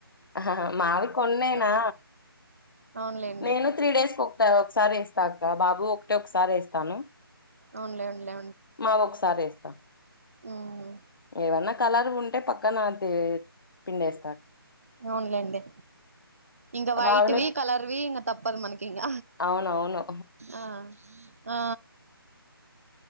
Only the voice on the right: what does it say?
ఆ అవునులేండి
అవునులే అవునులే
హ్మ్ హు
అవునులేండి ఇంకా వైట్వి
కలర్వి ఇంగ తప్పదు మనకి ఇంగ
ఆ ఆ